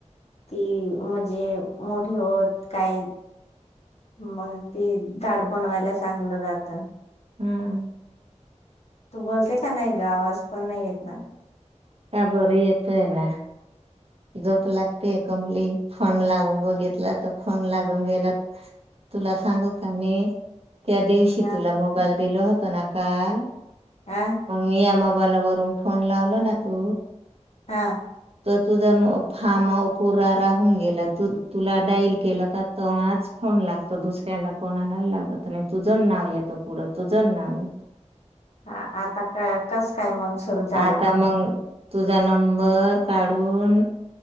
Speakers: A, on the left; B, on the right.
A: ती म्हणजे मोठी होत काय मग ती ताड पनवायला सांगलं जात.
B: हम.
A: तू बोलते का नाही ग आवाज पण नाही येत ना?
B: का बरं येतय ना झोप लागते कमली फोन लाऊन बघीतला तर फोन लागून गेला. तुला सांगू का मी त्या दिवशी
A: ह
B: तुला मोबाईल दिलो ह <unintelligible>
A: ह
B: <unintelligible> मला वरून फोन लावल ना तू?
A: हा.
B: तुझ मो फार्म पुुरा राहून गेलं तू तुला डाईल केलं का तवाच फोन लागतो दुसऱ्याला कोणाला लागत नाही तुझच नाव येतं पुढं तुझ नाव
A: ह आता कस काय
B: आता
A: मग सुरू झाला?
B: मग तुझा नंबर काढू दोन